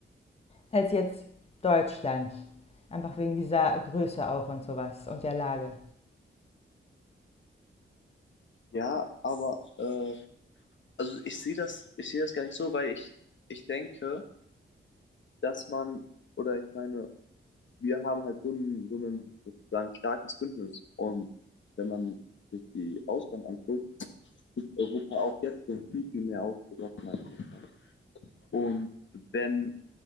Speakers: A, on the left; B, on the left.
A: als jetzt Deutschland. Einfach wegen dieser Größe auch und sowas und der Lage.
B: ja, aber äh, also ich sehe das, ich sehe das gar nicht so, weil ich, ich denke, dass man, oder ich meine, wir haben halt so ein, so ein sozusagen starkes Bündnis. Und wenn man sich die Ausgaben anguckt, ist Europa auch jetzt schon viel, viel mehr ausgerochen als Russland. Und wenn,